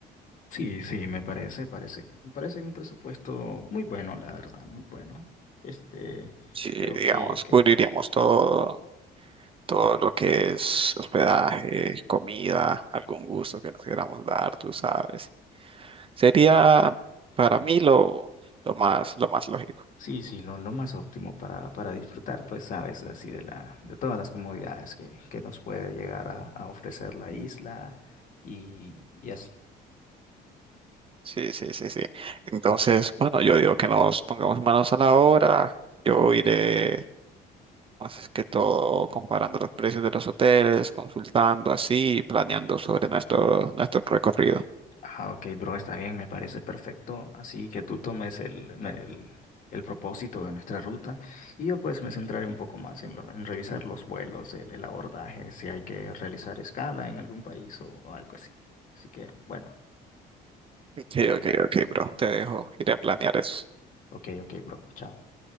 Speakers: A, on the left; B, on the right.
A: Sí, sí, me parece, parece, me parece un presupuesto muy bueno, la verdad, muy bueno. Este,
B: Sí,
A: creo
B: digamos,
A: que, que
B: cubriríamos todo, todo lo que es hospedaje, comida, algún gusto que nos queramos dar, tú sabes. Sería para mí lo, lo más, lo más lógico.
A: Sí, sí, lo, lo más óptimo para, para disfrutar, pues sabes, así de la, de todas las comodidades que, que nos puede llegar a, a ofrecer la isla y, y así.
B: Sí, sí, sí, sí. Entonces, bueno, yo digo que nos pongamos manos a la obra. Yo iré, más que todo, comparando los precios de los hoteles, consultando así, planeando sobre nuestro, nuestro recorrido.
A: Ah, ok, bro, está bien, me parece perfecto. Así que tú tomes el, me- el, el propósito de nuestra ruta y yo pues me centraré un poco más en, lo- en revisar los vuelos, el, el abordaje, si hay que realizar escala en algún país o, o algo así. Así que, bueno,
B: Ok, ok, ok, bro, te dejo, iré a planear eso.
A: ok, ok, bro, chao.